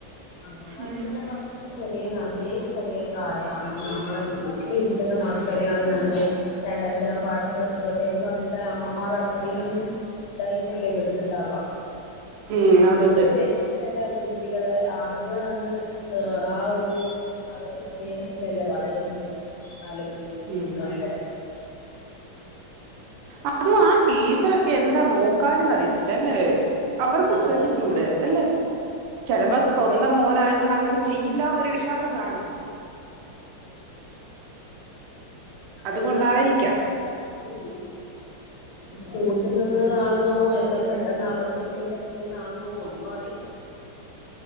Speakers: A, on the left (about 80°); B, on the right (about 90°).
A: അംഗൻവാടിന്നെല്ലാം
B: ഉം.
A: പറഞ്ഞ ചെറിയ നന്നേ ചെറിയ പ്രായാണ് നമ്മളെ വീട്ടിലിരി എന്ന മക്കളെയാണ് നമ്മള് രണ്ടക്ഷരം പാട്ട് പഠിച്ചോട്ടേന്ന് പറഞ്ഞിട്ടാ അമ്മമാർ അത്രേം ഇതായിട്ടല്ലേ വിടുന്നുണ്ടാവാ
B: ഉം അതെ
A: തിരിച്ചു വരുന്നേരം കുട്ടികള് ആദ്യം അത് ആ ഒരു ത് അവരെ സ്നേഹം ഇല്ലെ ല്ല വളരുന്നുണ്ട്. നാല് മണിവരെ മൂന്ന്
B: ഉം
A: മണിവരെ
B: അതും ആ ടീച്ചർ എന്താ നോക്കാഞ്ഞെന്നറിയത്തില്ല അല്ലെ? അവർക്ക്
A: അതെ
B: ശ്രദ്ധിച്ചൂടെ അല്ലെ ചെലപ്പോ
A: അതെ
B: സ്വന്തം മോനായതോണ്ട് അങ്ങനെ ചെയ്യില്ലന്നൊരു വിശ്വാസം കാണും. അതുകൊണ്ടായിരിക്കാം
A: എല്ലാ ഉം കൂട്ട് നിന്നതാന്നോ അല്ല പെട്ടെന്നബദ്ധത്തില് പറ്റിയതാന്നോ ഒന്നും അറിയില്ല